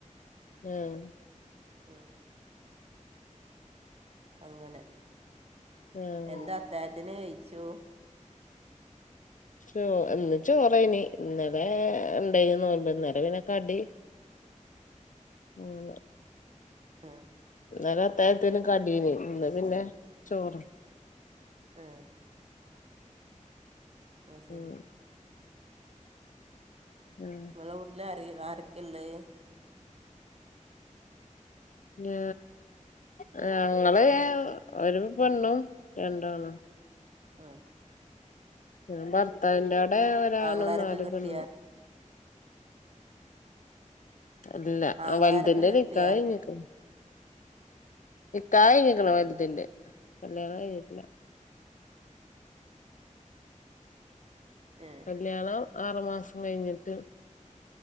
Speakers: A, on the left; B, on the right.
A: ആഹ്
B: ഉം അങ്ങനെ
A: ആഹ്
B: എന്താ അത്തായത്തിന് കഴിച്ചു
A: ച്ചോ എന്ന് ചോറേനി ഇന്നലെ ഉണ്ടായിന്ന് നോമ്പ് ഇന്നലെ പിനെക്കടി <unintelligible>
B: ആഹ്
A: ഇന്നലെ അത്തായത്തിനന് കടീന് ഇന്ന് പിന്നെ ചോറ്
B: ഏഹ് ആഹ് ശരി
A: ഉം ഉം
B: ഇങ്ങളെവിട്ടില് അരെ ആരക്കള്ളെ
A: ഞാ ഞങ്ങള് ഒരു പെണ്ണും രണ്ടാണും
B: ഉം
A: ഞാന് ഭർത്താവ്ന്റെടെ ഒരാണും
B: ആങ്ങളാരൊക്കെ
A: നാല്
B: കിട്ടിയ
A: പെണ്ണും അല്ല
B: ആങ്ങളാരൊക്കെ
A: ആഹ് വൽത് ന്റെ
B: കിട്ടിയ
A: നികാഹ്കഴിഞ്ക് നിക്കാഹ് യ്ഞ്ക്ക്ണ് വലുതിന്റെ കല്യാണം കഴിഞ്ഞിട്ടില്ല
B: ഏ
A: കല്യാണം ആറു മാസം കഴിഞ്ഞിട്ട്